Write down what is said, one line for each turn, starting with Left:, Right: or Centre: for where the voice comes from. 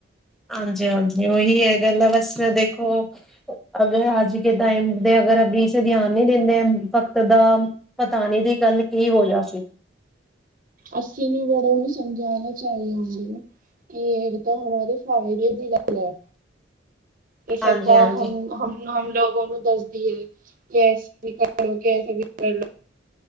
Centre: ਹਾਂਜੀ- ਹਾਂਜੀ ਔਹੀ ਐ ਗੱਲ ਆ ਬਸ ਦੇਖੋ ਅਗਰ ਅੱਜ ਕੇ ਟਾਈਮ ਦੇ ਅਗਰ ਅਬਿ ਸੇ ਦੇਆਨ ਨੀ ਦਿੰਦੇ ਵਕਤ ਤੋ ਬਾਦ ਪਤਾ ਨੀ ਦੀ ਕਲ ਕੀ ਹੋ ਯਾ ਸੀ।
Right: ਅੱਸੀ ਨੂੰ ਬੜੋ ਨੂੰ ਸਮਜਾਣਾ ਚਾਈਦੇ ਏਹ ਵਿਤਾਂ ਹੋਇਆ ਦੇ ਫਰਇਡੇ ਦੀ ਗੱਲ ਹੈ। ਏ ਸਰਕਾਰ
Centre: ਹਾਂਜੀ-ਹਾਂਜੀ
Right: ਹਮ ਹਮ ਹਮ ਲੋਗ ਨੂੰ ਦੱਸਦੀ ਹੈਗੀ ਕਿ ਐਸ ਵੀ ਕਰੋ ਕਿਸੇ ਵੀ <unintelligible> ਕਰ ਲ